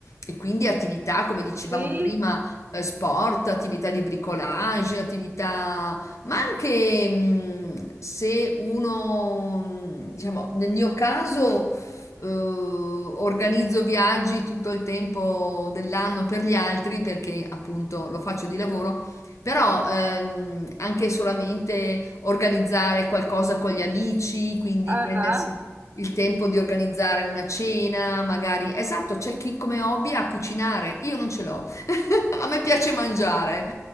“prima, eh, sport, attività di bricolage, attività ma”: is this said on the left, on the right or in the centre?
Left